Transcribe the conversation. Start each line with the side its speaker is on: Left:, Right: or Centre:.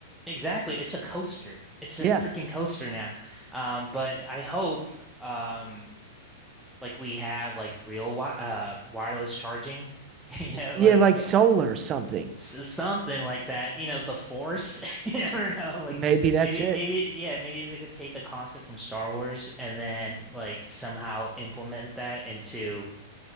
Centre: exactly. It's a coaster. It's
Right: Yeah.
Centre: a freaking coaster now. Um, but I hope um like we have like real wi uh wireless charging, <laughs> you know,
Right: Yeah,
Centre: like
Right: like
Centre: oh,
Right: solar or something.
Centre: s something like that. You know, the Force. <laughs> I don't know, like
Right: Maybe that's
Centre: maybe
Right: it.
Centre: maybe yeah, maybe they could take the concept from Star Wars and then like somehow implement that into